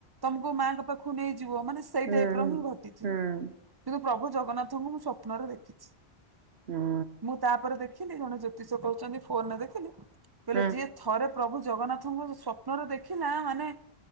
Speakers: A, on the right; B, on the right.
A: ତମକୁ ମା ଙ୍କ ପାଖକୁ ନେଇଯିବ ମାନେ ସେଇ
B: ହୁଁ
A: ଟାଇପ ର
B: ହୁଁ
A: ହିଁ ଘଟିଥିବ।
B: ହୁଁ
A: କିନ୍ତୁ ପ୍ରଭୁ ଜଗନ୍ନାଥଙ୍କୁ ମୁଁ ସ୍ୱପ୍ନରେ ଦେଖିଛି
B: ହୁଁ
A: ମୁଁ ତାପରେ ଦେଖି ଜଣେ ଜ୍ୟୋତିଷ କହୁଛନ୍ତି ଫୋନ ରେ ଦେଖିଲି କହିଲେ
B: ହୁଁ।
A: ଯିଏ ଥରେ ପ୍ରଭୁ ଜଗନ୍ନାଥଙ୍କୁ ସ୍ବପ୍ନ ରେ ଦେଖିଲା ମାନେ